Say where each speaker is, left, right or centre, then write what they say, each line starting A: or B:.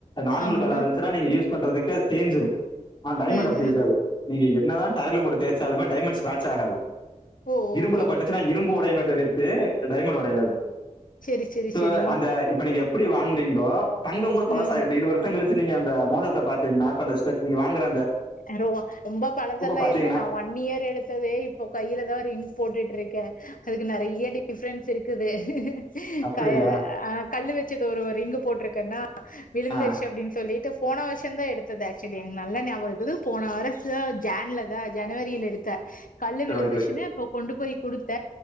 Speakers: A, on the left; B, on the left.
A: நார்மல்
B: ஆமா
A: கல்லா இருந்துச்சன்னா நீங்க யூஸ் பண்றதுக்கு அது தேஞ்சிரும் ஆ டைமண்ட்
B: ம்
A: அப்டி இருக்காது
B: ம்
A: நீங்க என்ன தா தரையில போட்டு தேய்சாலுமே டைமண்ட்ஸ் ஸ்கிராச் ஆகாது
B: ஓ
A: இரும்புல
B: ஓகே
A: பட்டுச்சுன்னா
B: ஓகே ஓகே
A: இரும்பு உடையுமே தவி <unintelligible> டைமண்ட் ஓடையாது
B: செரி செரி
A: ப்ப
B: செரி
A: அந்த இப்ப நீங்க எப்டி வாங்கறீங்களோ தங்கங் கூட பழசாயிருக்கு
B: ம்
A: இருவது வருஷங் கழிச் சு நீங்க அந்த மோதரத்த பாத்தீங்கனா இப்ப அந்த ஸ்டட் நீங்க வாங்கற
B: ஆ ரோவா ரொம்ப பழசா எல்லா
A: பாத்தீங்கன்னா
B: இல்ல நா ஒன் இயர் எடுத்தது இப்போ கையிலதா ரிங்க் போட்டுட்ருக்கே அதுக்கு நெறைய டிஃபரென்ஸ் இருக்குது <inaudible>
A: அப்படியா?
B: கல்லு ஆ கல்லு வச்சது ஒரு ரிங்கு போட்ருக்கனா விழுந்திருச்சு
A: ஆ
B: அப்டின்னு சொல்லிட்டு போன வருஷந்தா எடுத்தது ஆக்சுவலி எனக்கு நல்லா ஞாபகோ இரு க்குது போன வருஷோ ஜான்லதா ஜனவரியில எடுத்த கல்லு
A: சரி
B: விழுந்துருச்சுன்னு
A: ஓகே, ஓகே.
B: இப்ப கொண்டு போய் குடுத்த